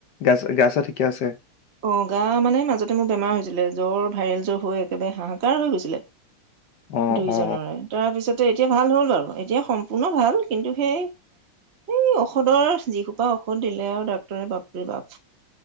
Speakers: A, on the left (about 60°); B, on the right (about 35°).
A: গাছ গা চা ঠিকে আছে?
B: অ গা মানে মাজতে মোৰ বেমাৰ হৈছিলে জ্বৰ, ভাইৰেল জ্বৰ হৈ একেবাৰে হাহাকাৰ হৈ গৈছিলে।
A: অ
B: দুই
A: অ
B: জনৰে, তাৰপিছত এতিয়া ভাল হ'ল আৰু এতিয়া সম্পূৰ্ণ ভাল কিন্তু সেই, এই ঔষধৰ যি সোপা ঔষধ দিলে আৰু ডক্তৰে বাপৰি বাপ